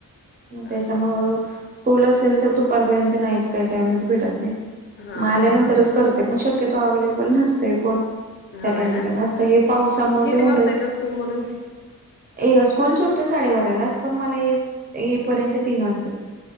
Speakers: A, on the right (about 25°); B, on the left (about 35°).
A: आ
B: चालेल
A: त्याच्यामुळे स्कूल असेल तर दुपारपर्यंत नाहीच काय टाइमच भेटत नाही,
B: हा
A: मग आल्यानंतरच करते पण शक्यतो अवे्हेलेबल नसतेय कोण. त्या
B: होय
A: टाईमला
B: ना
A: आता हे पावसामुळे
B: किती
A: ते उमरच
B: वाजता येतं स्कूलमधून
A: ए स्कूल सुटते साडेबारालाच, पण मला येई पर्यंत तीन वाजतात.